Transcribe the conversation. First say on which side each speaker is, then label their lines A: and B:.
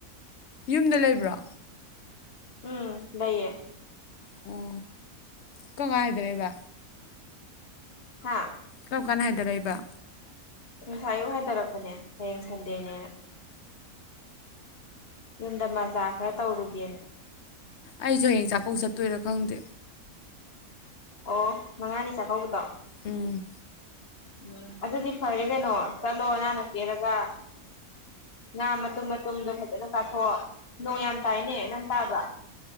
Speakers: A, on the left (about 65°); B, on the left (about 45°).
A: ꯌꯨꯝꯗ ꯂꯩꯕ꯭ꯔꯣ
B: ꯎꯝ ꯂꯩꯌꯦ
A: ꯑꯣ ꯀꯝ ꯀꯥꯟ ꯍꯥꯏꯗꯔꯛꯏꯕ
B: ꯍꯥꯥ
A: ꯀꯔꯝ ꯀꯥꯟ ꯍꯥꯏꯗꯔꯛꯏꯕ
B: ꯉꯁꯥꯏ ꯑꯌꯨꯛ ꯍꯥꯏꯊꯔꯛꯄꯅꯦ ꯍꯌꯦꯡ ꯁꯟꯗꯦꯅꯦꯅ ꯌꯨꯝꯗ ꯃꯖꯥ ꯈꯔ ꯇꯧꯔꯨꯒꯦꯅ
A: ꯑꯩꯁꯨ ꯍꯌꯦꯡ ꯆꯥꯛꯀꯧ ꯆꯠꯇꯣꯏꯔꯥ ꯈꯪꯗꯦ
B: ꯑꯣ ꯃꯉꯥꯅꯤ ꯆꯥꯛꯀꯧꯕꯗꯣ
A: ꯎꯝ
B: ꯎꯝ ꯑꯗꯨꯗꯤ ꯐꯔꯦ ꯀꯩꯅꯣ ꯆꯠꯂꯣ ꯅꯥꯟꯅ ꯀꯦꯔꯒ ꯉꯥ ꯃꯇꯨꯝ ꯃꯇꯨꯝꯗꯣ ꯐꯖꯅ ꯆꯥꯊꯣꯛꯑꯣ ꯅꯣꯡ ꯌꯥꯝ ꯇꯥꯏꯅꯦ ꯅꯪ ꯇꯥꯕ꯭ꯔ